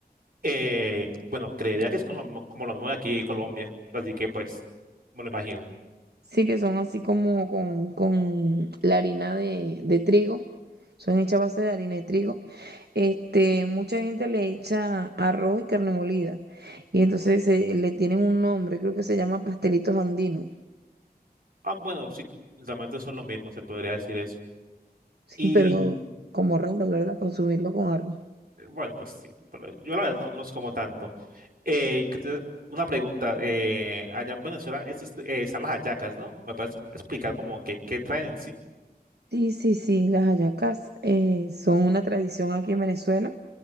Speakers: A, on the right (about 60°); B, on the right (about 75°).
A: Eh, bueno, creería que es con lo mismo- como lo mismo de aquí en Colombia, así que pues me lo imagino.
B: Sí, que son así como con, con la harina de, de trigo. Son hechas a base de harina de trigo. Este, mucha gente le echa arroz y carne molida. Y entonces eh, le tienen un nombre, creo que se llama pastelitos andinos.
A: Ah, bueno, sí, realmente son lo mismo, se podría decir eso.
B: Sí,
A: Y
B: pero como raro, ¿verdad? Consumirlo con arroz.
A: eh, bueno, pues sí, pero yo la verdad no, no los como tanto. Eh, que te- una pregunta, eh, allá en Venezuela existe- eh, están las hallacas, ¿no? ¿Me puedes explicar como que qué traen en sí?
B: Sí, sí, sí, las hallacas eh, son una tradición aquí en Venezuela.